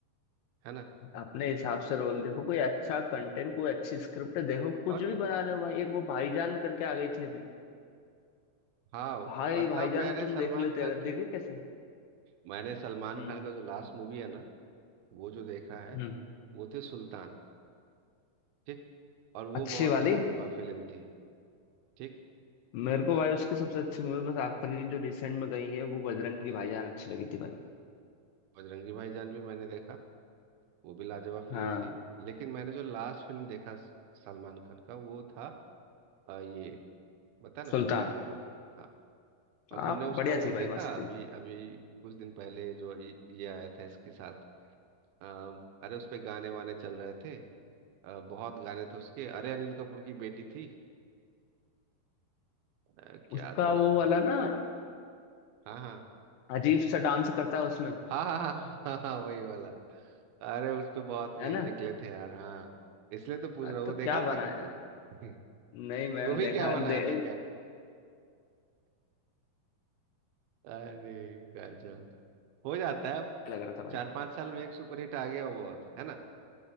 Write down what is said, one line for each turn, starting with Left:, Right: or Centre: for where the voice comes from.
Right: है ना
Left: अपने हिसाब से रोल देखो कोई अच्छा कंटेंट कोई अच्छी स्क्रिप्ट देखो
Right: और
Left: कुछ भी
Right: नहीं
Left: बना
Right: तो
Left: रहे हो भाई एक वो भाईजान करके आ गई थी अभी
Right: हाँ
Left: भाई
Right: मतलब
Left: भाईजान
Right: मैंने
Left: तुम
Right: सलमान
Left: देख लेते
Right: खान
Left: अगर
Right: की
Left: देखे कैसे
Right: मैंने सलमान
Left: हम्म
Right: खान का जो लास्ट मूवी है ना वो जो देखा है
Left: हम्म
Right: वो थे सुल्तान ठीक और वो
Left: अच्छी
Right: बहुत
Left: वाली
Right: लाजवाब फिल्म थी ठीक
Left: मेरे को
Right: हाँ,
Left: भाई उसकी सबसे अच्छी मूवी बस आग परी जो रिसेंट में गई है वो बजरंगी भाईजान अच्छी लगी थी भाई
Right: बजरंगी भाईजान भी मैंने देखा वो भी लाजवाब फिल्म
Left: हाँ
Right: थी लेकिन मैंने जो लास्ट फिल्म देखा स- सलमान खान का वो था अ, ये बता ना
Left: सुल्तान
Right: सुल्तान हाँ और तुमने
Left: आप
Right: उसका
Left: बढ़िया
Right: वो
Left: थी
Right: देखा
Left: भाई मस्त
Right: अभी
Left: थी
Right: अभी कुछ दिन पहले जो ये ये आया था इसके साथ अ, अरे उस पे गाने वाने चल रहे थे अ, बहुत गाने थे उसके अरे अनिल कपूर की बेटी थी अ, क्या
Left: उसका
Right: तो नाम
Left: वो वाला
Right: था
Left: ना
Right: हाँ हाँ
Left: अजीब सा डांस करता है उसमें
Right: हाँ हाँ हाँ हाँ हाँ, हाँ, वही वाला अरे उस पे बहुत
Left: है
Right: मेम
Left: ना
Right: निकले थे यार हाँ इसलिए तो पूछ
Left: अरे
Right: रहा हूँ
Left: तो
Right: वो देखा
Left: क्या
Right: था
Left: बनाया
Right: क्या तुमने
Left: है
Right: <laughs>
Left: नहीं मैंने
Right: वो भी
Left: देखा
Right: क्या बनाया
Left: दे,
Right: था अरे गजब हो जाता है
Left: लग रहा था भाई
Right: चार पांच साल में एक सुपर हिट आ गया वो बहुत है ना